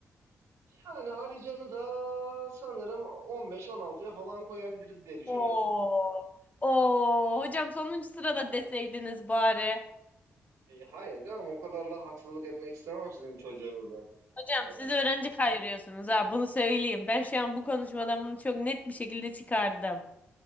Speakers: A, on the right; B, on the left.
A: Yani Ali Can'ı da sanırım 15-16'ya falan koyabiliriz diye düşünüyorum.
B: Oo. Oo. Hocam sonuncu sırada deseydiniz bari.
A: E, hayır canım o kadar da haksızlık etmek istemem sizin çocuğunuza.
B: Hocam
A: Ee,
B: siz öğrenci kayırıyorsunuz ha bunu söyleyeyim. Ben şu an bu konuşmadan bunu çok net bir şekilde çıkardım.